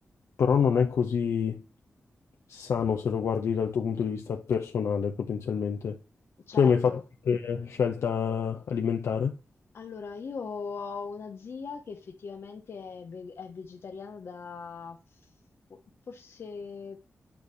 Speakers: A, on the left (about 80°); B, on the left (about 55°).
A: però non è così sano se lo guardi dal tuo punto di vista personale, potenzialmente.
B: certo.
A: Tu hai mai fatto qualche scelta alimentare?
B: Allora, io ho una zia che effettivamente è, ve- è vegetariana da fo- forse